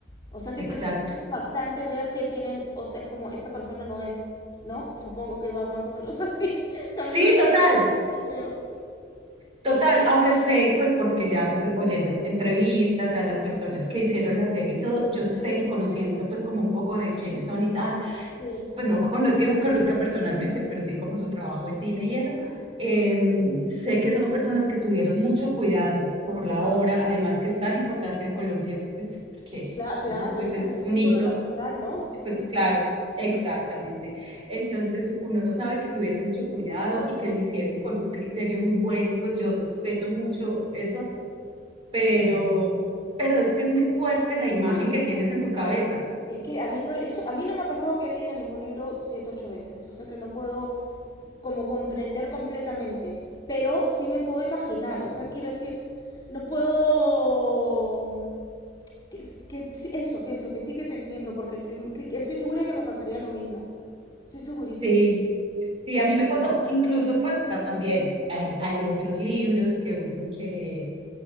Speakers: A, on the left; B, on the right.
A: O sea que
B: Exacto.
A: tiene que ser impactante ver que tienen, ot- es como, esta persona no es, ¿no? Supongo que va más o menos <laughs> así. O sea, a
B: Sí,
A: mí me parecía
B: total.
A: algo así, creo.
B: Total, aunque sé, pues porque ya pues oyendo entrevistas a las
A: Claro,
B: personas que hicieron la serie y todo, yo sé y conociendo pues como un poco de quiénes son y tal,
A: sí.
B: s- pues no, <laughs> con- no es que las conozca personalmente, pero sí como su trabajo en cine y eso, em, sé que son personas que tuvieron mucho cuidado por la
A: Ya.
B: obra, además que es tan importante en Colombia, pues, que
A: Cla- claro,
B: eso pues
A: es como
B: es
A: un símbolo
B: un hito.
A: nacional, ¿no? Sí, sí.
B: Pues claro, exactamente. Entonces uno sabe que tuvieron mucho cuidado y que lo hicieron con un criterio muy bueno, pues yo respeto mucho eso, pero, pero es que es muy fuerte
A: No no
B: la imagen
A: puede
B: que
A: ser
B: tienes
A: conectado,
B: en tu cabeza.
A: ya. Es que habiendo, eso, a mí no me ha pasado que he leído ningún libro siete, ocho veces. O sea que no puedo como comprender completamente. Pero sí me puedo imaginar. O sea, quiero decir, no puedo. Que, que sí, eso, que eso, que sí que te entiendo, porque que- mm, que- que estoy segura que me pasaría lo mismo. Estoy segurísima.
B: Sí, sí, a mí me pasó, incluso pues también hay, hay otros libros que, que,